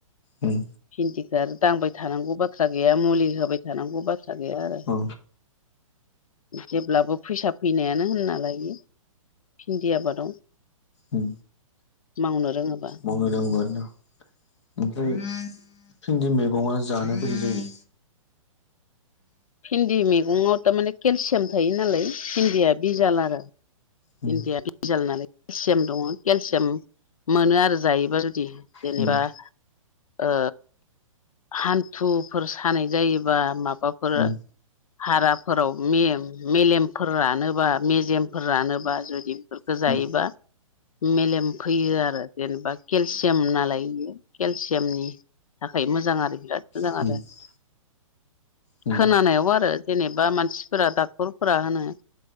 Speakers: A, on the left; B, on the left.
A: उम।
B: भिन्दिखो आरो दांबाय थानांगौ बाथ्रा गैया मुलि होबाय थानांगौ बाथ्रा गैया आरो
A: औ
B: जेब्लाबो फैसा फैनायानो होनना लायो। भिन्दि आबादाव
A: उम
B: मावनो रोङोबा
A: मावनो रोंबा न'। ओमफ्राय भिन्दि मैगङा जानो बोरै जायो?
B: भिन्दि मैगंआव तामाने केलसियाम थायो नालाय भिन्दिया बिजाल आरो
A: उम
B: भिन्दिया बिजाल नालाय केलसियाम दङ' केलसियाम मोनो आरो जायोबा जुदि जेनेबा
A: उम
B: ओ हान्थुफोर सानाय जायोबा माबाफोर
A: उम
B: हाराफोराव मेम मेलेमफोर रानोबा मेजेमफोर रानो बा जुदि बेफोरखौ
A: उम
B: जायोबा मेलेम फैयो आरो जेनेबा केलसियाम नालाय इयो केलसियामनि थाखाय मोजां आरो बिराद मोजां
A: उम
B: आरो
A: उम
B: खोनानायाव आरो जेनेबा मानसिफोरा डाक्टरफोरा होनो